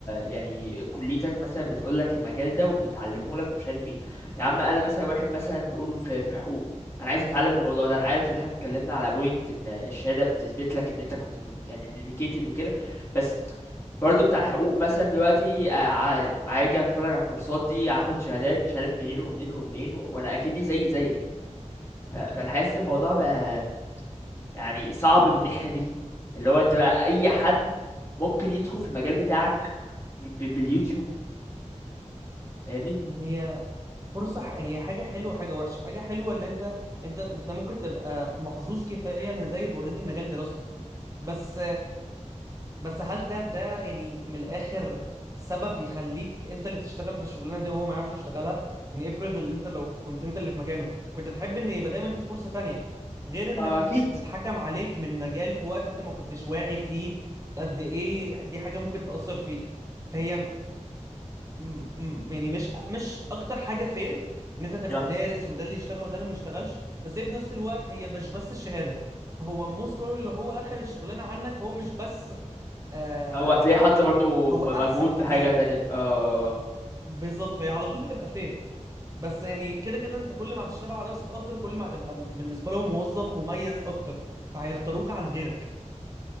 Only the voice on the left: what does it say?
يعني كليتك مثلا بتقول لك المجال ده وبتعلمه لك ومش عارف ايه يا عم انا مثلا واحد مثلا نقول في في حقوق انا عايز اتعلم الموضوع ده انا عارف ان احنا اتكلمنا على بوينت ان الشهاده بتثبت لك ان انت كنت مت- يعني ديديكيتد وكده بس برضو بتاع الحقوق مثلا دلوقتي آه، ع- هاجي اتفرج على الكورسات دي هاخد شهادات مش عارف منين ومنين ومنين و- وانا اكني زي زيك ف- فانا حاسس إن الموضوع بقى يعني صعب من الناحية دي اللي هو انت بقى اي حد ممكن يدخل في المجال بتاعك ب- ب- باليوتيوب فاهمني
آه،
اكيد
اه
هو هتلاقيه حط برضو
م- مجهود
في حاجة تانية اه